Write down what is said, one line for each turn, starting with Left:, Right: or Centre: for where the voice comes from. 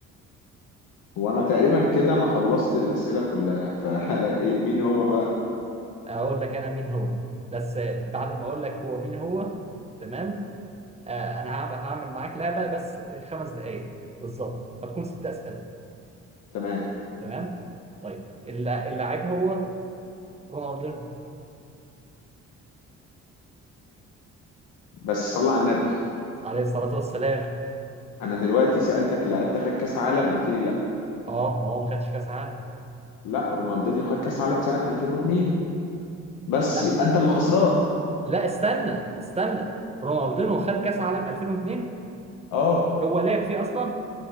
Left: وانا تقريبا كده انا خلصت الاسئله كلها فا <laughs> إيه مين هو بقى
Right: اقول لك انا مين هو بس آه، بعد ما اقول لك هو مين هو تمام آه انا هعمل هعمل معاك لعبه بس خمس دقائق بالظبط هتكون ست اسئله
Left: تمام
Right: تمام طيب الل- اللاعب هو رونالدينو
Left: بس صلى على النبي
Right: عليه الصلاه والسلام
Left: انا دلوقتي سالتك اللاعب ده خد كاس عالم قلت لي لا
Right: اه ما هو ما خدش كاس عالم
Left: لا رونالدينيو خد كاس عالم سنه 2002 بس
Right: لا
Left: يبقى انت اللي خسران
Right: لا استنى استنى رونالدينو خد كاس عالم 2002
Left: اه
Right: هو لعب فيه اصلا